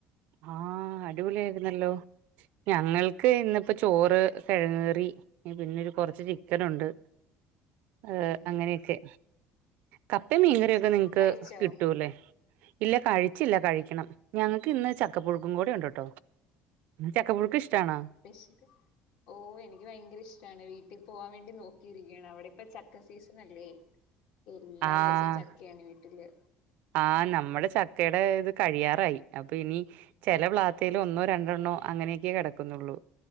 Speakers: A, on the right (about 60°); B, on the left (about 75°).
A: ആഹ് അടിപൊളി ആയിരുന്നല്ലോ ഞങ്ങൾക്ക് ഇന്നിപ്പോ ചോറ് കിഴങ്ങ്കറി പിന്നെരു കൊറച്ച് ചിക്കനൊണ്ട് ഏർ
B: ഉം
A: അങ്ങനെയൊക്കെ കപ്പയും
B: ഓ
A: മീൻകറിയൊക്കെ
B: ശരി
A: നിങ്ങക്ക്
B: കഴിച്ചോ
A: കിട്ടൂല്ലേ ഇല്ല കഴിച്ചില്ല കഴിക്കണം ഞങ്ങൾക്കിന്ന് ച ക്ക പുഴുക്കും കൂടെ ഉണ്ട് ട്ടോ ചക്കപ്പുഴുക്ക് ഇഷ്ടാണോ
B: ഇഷ്ട ഓ എനിക്ക് ഭയങ്കരിഷ്ടാണ് വീട്ടിപോവാൻ വേണ്ടി നോക് കിരിക്കാണ് അവിടെപ്പ ചക്ക സീസൺ അല്ലേ എല്ലാ
A: ആഹ്
B: ദിവസവും ചക്ക്യാണ് വീട്ടില്
A: ആഹ് നമ്മൾ ച ക്കേടെ ഇത് കഴിയാറായി അപ്പ ഇനി ചെല പ്ലാത്തേലെ ഒന്നോ രണ്ടെണ്ണോ അങ്ങനെക്കെ കെടക്കുന്നൊള്ളൂ.